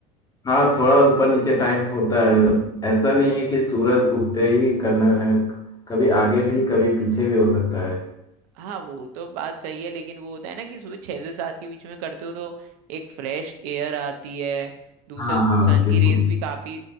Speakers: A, on the left; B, on the right.
A: हाँ थोड़ा ऊपर नीचे टाइम होता है ऐसा नहीं है कि सूरज उगते ही करना है कभी आगे भी कभी पीछे भी हो सकता है
B: हाँ वो तो बात सही है लेकिन वो होता है ना कि सुबह छह से सात के बीच में करते हो तो एक फ्रेश एयर आती है दूसरा
A: हाँ हाँ हाँ
B: सन
A: बिल्कुल
B: की रेज भी काफी